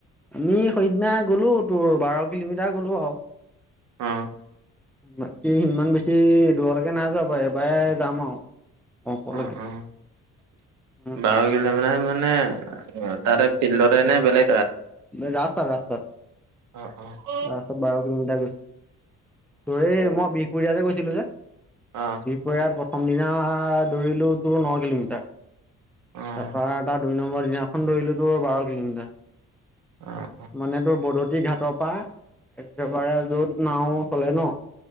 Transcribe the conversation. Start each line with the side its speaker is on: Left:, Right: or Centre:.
Centre: আমি সেইদিনা গ'লো তোৰ বাৰ কিলোমিটাৰ গ'লো আৰু।
Right: উম।
Centre: বাকী, ইমান বেছি দূৰলৈকে নাই যোৱা বাৰু এইবাৰে যাম আৰু। গহপুৰলৈকে
Right: অ', অ',
Centre: উম,
Right: বাৰ <unintelligible> মানে অ', তাতে ফিল্ডতে নে বেলেগ জেগাত।
Centre: ৰাস্তাত, ৰাস্তাত।
Right: অ', অ', অ',
Centre: ৰাস্তাত বাৰ কিলোমিটাৰ গৈছোঁ। তোৰ হেই মই বিহ পুৰীয়া যে গৈছিলোঁ যে,
Right: অ', অ',
Centre: বিহপুৰীয়াত প্ৰথম দিনা দৌৰিলো তোৰ ন কিলোমিটাৰ।
Right: অ',
Centre: তাৰপৰা এটা দুই নম্বৰ দিনাখন দৌৰিলো তোৰ বাৰ কিলোমিটাৰ।
Right: অ',
Centre: মানে তোৰ বদতি ঘাটৰ পৰা একেবাৰে য'ত নাও চলে ন।